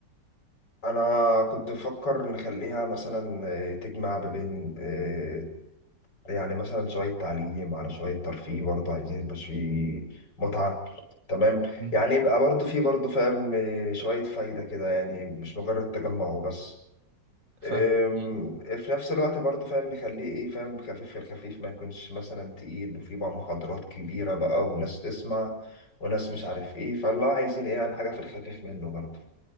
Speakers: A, on the left (about 65°); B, on the right (about 80°).
A: انا كنت بفكر نخليها مثلا آه، تجمع ما بين آه، يعني مثلا شوية تعليم على شوية ترفيه برضه عايزين يبقى فيه متعة تمام
B: مم.
A: يعني يبقى برضه فيه برضه فاهم آه، شوية فايدة كده يعني مش مجرد تجمع وبس
B: ف
A: أم،
B: يعني-
A: في نفس الوقت برضه فاهم نخليه ايه فاهم خفيف في الخفيف ما يكونش مثلا تقيل وفي بقى محاضرات كبيرة بقى وناس تسمع وناس مش عارف ايه فالله عايزين ايه عن حاجة في الخفيف منه برضه